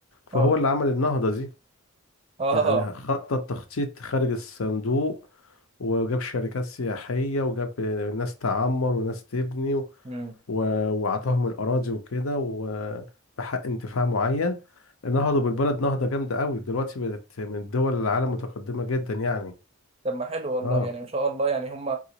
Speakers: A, on the right (about 25°); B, on the left (about 70°).
A: اه
B: فهو اللي عمل النهضة دي
A: اه
B: يعني خطط تخطيط خارج الصندوق وجاب شركات سياحية وجاب آه، ناس تعمر وناس تبني و-
A: امم
B: وعطاهم الأراضي وكده وبحق انتفاع معين نهضوا بالبلد نهضة جامدة قوي دلوقتي بقت من الدول العالم متقدمة جدا يعني
A: طب ما حلو والله
B: اه
A: يعني ما شاء الله يعني هم